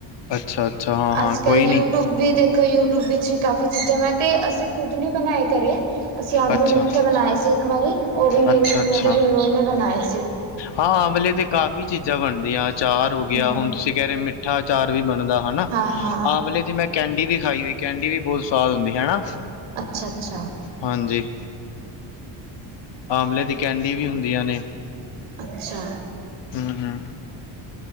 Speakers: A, on the left; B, on the right.
A: ਅੱਛਾ ਅੱਛਾ ਹਾਂ ਹਾਂ
B: ਅੱਜ ਕੱਲ
A: ਕੋਈ
B: ਯੂਟਿਊਬ
A: ਨਹੀਂ
B: ਵੀ ਦੇਖੋ। ਯੂਟਿਊਬ ਵਿੱਚ ਵੀ ਕਾਫ਼ੀ ਚੀਜ਼ਾਂ ਮੈਂ ਤੇ ਅਸੀਂ ਖੁਦ ਨੀ ਬਣਾਏ ਘਰੇ। ਅਸੀਂ ਆਪਦੇ
A: ਅੱਛਾ
B: ਮਿੱਠੇ ਬਣਾਏ ਸੀ ਇੱਕ ਵਾਰੀ, ਉਹ ਵੀ ਮੇਰੀ
A: ਅੱਛਾ ਅੱਛਾ
B: ਮਦਰ ਇਨ ਲਾਅ ਨੇ ਬਣਾਏ ਸੀ।
A: ਹਾਂ, ਆਂਮਲੇ ਤੇ ਕਾਫ਼ੀ ਚੀਜ਼ਾਂ ਬਣਦੀਆਂ ਅਚਾਰ ਹੋ ਗਿਆ
B: ਹੂੰ
A: ਹੁਣ ਤੁਸੀਂ ਕਹਿ ਰਹੇ ਹੋ ਮਿੱਠ ਮਿੱਠਾ ਅਚਾਰ ਵੀ ਬਣਦਾ ਹਨਾ।
B: ਹਾਂ ਹਾਂ
A: ਆਮਲੇ ਦੀ ਮੈਂ ਕੈਂਡੀ ਵੀ ਖਾਈ ਹੋਈ ਕੈਂਡੀ ਵੀ ਬਹੁਤ ਸਵਾਦ ਹੁੰਦੀ ਹਨਾ
B: ਅੱਛਾ ਅੱਛਾ
A: ਹਾਂਜੀ‌। ਆਮਲੇ ਦੀ ਕੈਂਡੀ ਵੀ ਹੁੰਦੀਆਂ ਨੇ।
B: ਅੱਛਾ।
A: ਹੂ, ਹੂ।